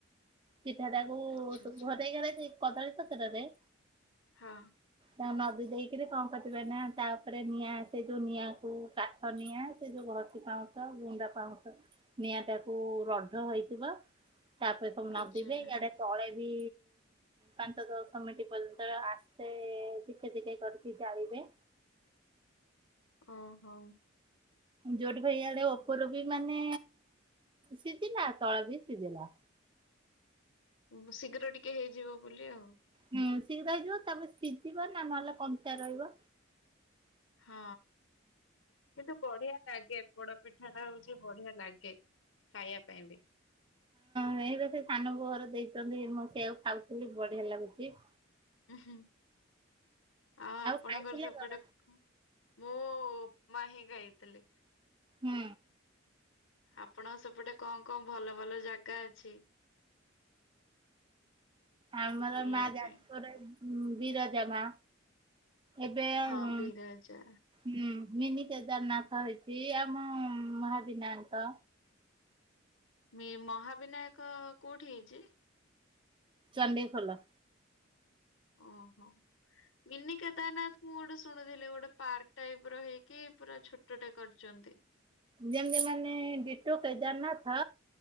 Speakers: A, on the right; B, on the left.
A: ପିଠାଟାକୁ
B: ଆଚ୍ଛା
A: ସେ
B: ଆଚ୍ଛା
A: ଘରେଇ ଘରେଇ କଦଳୀ ପତ୍ରରରେ
B: ହଁ
A: ତା ନଦୀ ଦେଇକରି କଣ କରିବ ନା ତା ଉପରେ ନିଆଁ ସେଇ ଯୋଉ ନିଆଁକୁ ତା ଧନିଆ ସେ ଯୋଉ ଘସି ପାଉଁଛ ଗୁଣ୍ଡା ପାଉସ ନିଆଁ ଟାକୁ ରଢ ହେଇଥିବ ତାପରେ ସବୁ ନଦିବେ
B: ଆଚ୍ଛା ଆଚ୍ଛା
A: ଇଆଡେ ତଳେ ବି ପାଞ୍ଚ ଦଶ ମିନିଟ ପର୍ଯ୍ୟନ୍ତ ଆସ୍ତେ ଧିକେ ଧିକେ କରିକି ଜାଳିବେ
B: ଓହୋ
A: ଯୋଉଠି ଭାଇଆଡେ ଉପର ବି ମାନେ ସିଝିଲା ତଳ ବି ସିଝିଲା
B: ଉ ଶୀଘ୍ର ଟିକେ ହେଇଯିବ ବୋଲି ଆଉ
A: ହୁଁ ଶୀଘ୍ର ହେଇଯିବ ତାପରେ ସିଝିବ ନା ନହେଲେ କଞ୍ଚା ରହିବ
B: ହଁ କିନ୍ତୁ ବଢିଆ ଲାଗେ ପୋଡ ପିଠା ଟା ହଉଛି ବଢିଆ ଲାଗେ ଖାଇବା ପାଇଁ ବି
A: ହେଇପା ସେ ସାନ ବୋ ଘର ଦେଇଛନ୍ତି ମୁଁ ସେଆକୁ ଖାଉଥିଲି ବଢିଆ ଲାଗୁଛି
B: ଉ ହୁଁ ଆଉ ଆପଣଙ୍କର
A: ଖାଇଥିଲେ
B: ସେପଟେ
A: କଣ
B: ମୁଁ ଉପମାହିଁ ଗାଇଥିଲି
A: ହୁଁ
B: ଆପଣଙ୍କ ସେପଟେ କଣ କଣ ଭଲ ଭଲ ଜାଗା ଅଛି?
A: ଆମର
B: ବୁଲିବା
A: ମା ଯାଜପୁର
B: ପାଇଁ?
A: ରେ ବିରଜା ମା ଏବେ ଆଉ
B: ହଁ
A: ହୁ
B: ବିରଜା
A: ହୁଁ ମିନି କେଦାରନାଥ ହେଇଛି ଆମ ମହାବିନାୟକ
B: ମୀ ମହାବିନାୟକ କୋଉଠି ହେଇଛି?
A: ଚଣ୍ଡିଖୋଲ
B: ଓହୋ ବିିନି କେଦାରନାଥ ମୁଁ ଗୋଟେ ଶୁଣୁଥିଲି ଗୋଟେ ପାର୍କ ଟାଇପର ହେଇକି ପୁରା ଛୋଟଟେ କରିଚନ୍ତି।
A: ଯେମତି ମାନେ ଡିଟୋ କେଦାରନାଥ